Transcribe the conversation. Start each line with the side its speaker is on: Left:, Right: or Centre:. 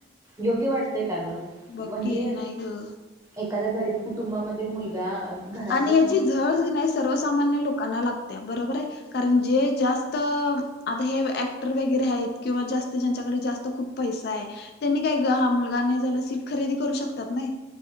Right: योग्य वाटतंय का ग.
Left: बघ
Right: म्हणजे
Left: की नाही ग
Right: एखाद्या गरीब कुटुंबामधील मुलगा. घरात
Left: आणि
Right: बसून
Left: याची झळ येना नाही सर्वसामान्य लोकांना लागते बरोबर आहे. कारण जे जास्त आता हे ऍक्टर वगैरे आहेत किंवा जास्त ज्यांच्याकडे जास्त खूप. पैसा आहे त्यांनी काय हा मुलगा नाही झाला सीट खरेदी करू शकतात नाही.